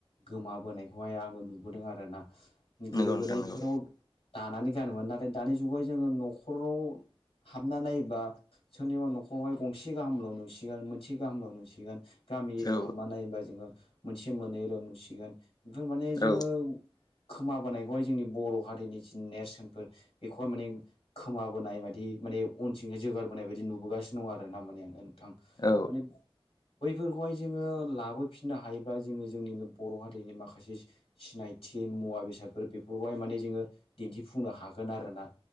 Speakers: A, on the left; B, on the left.
A: गोमाबोनायखौहाय आङो नुबोदों आरोना गोदो
B: नंगौ नोंथां
A: गोदाय
B: नंगौ
A: बेफोराव दानानै गानोमोन नाथाय दानि जुगावहाय जोङो न'खराव हाबना नायोबा सोरनिबा न'खरावहाय गंसे गाहामल' नुसिगोन मोनसे गाहामल' नुसिगोन। गामि एरियाव
B: औ
A: हाबना नायोबा जोङो मोनसे मोननैल' नुसिगोन बेफोर माने जोङो
B: औ
A: खोमाबोनायखौहाय जोंनि बर' हारिनि जि नेरसोनफोर बेखौहाय माने खोमाबोनाय बादि माने अनथिंजाय जोगारबोनाय बायदि नुबोगासिनो दं आरोना माने ओन थां
B: औ
A: माने बैफोरखौहाय जोङो लाबोफिननो हायोबा जोङो जोंनिनो बर' हारिनि माखासे सि-सिनायथि मुवा बेसादफोर बे फोरखौहाय माने जोङो दिन्थिफुंनो हागोन आरोना